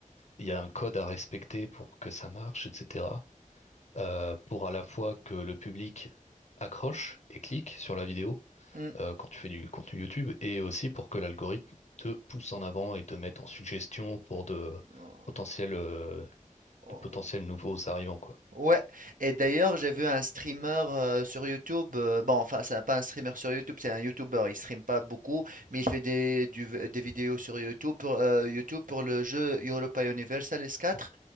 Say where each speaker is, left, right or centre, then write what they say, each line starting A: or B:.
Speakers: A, on the left; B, on the right.
A: il y a un code à respecter pour que ça marche, etc. Euh, pour à la fois que le public accroche et clique sur la vidéo
B: Hmm.
A: euh, quand tu fais du contenu YouTube, et aussi pour que l'algorithme te pousse en avant et te mette en suggestion pour de
B: oh,
A: potentiels, euh,
B: oh.
A: de potentiels nouveaux arrivants, quoi.
B: Ouais, et d'ailleurs, j'ai vu un streamer euh, sur YouTube. euh, bon, enfin, c'est pas un streamer sur YouTube, c'est un YouTuber. Il stream pas beaucoup, mais il fait des, du- des vidéos sur YouTube pour, euh, YouTube pour le jeu Europa Universalis quatre